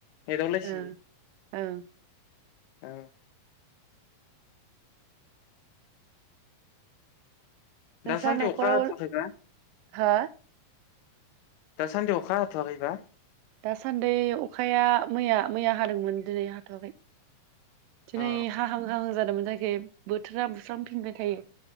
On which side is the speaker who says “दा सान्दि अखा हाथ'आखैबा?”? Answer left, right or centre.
Left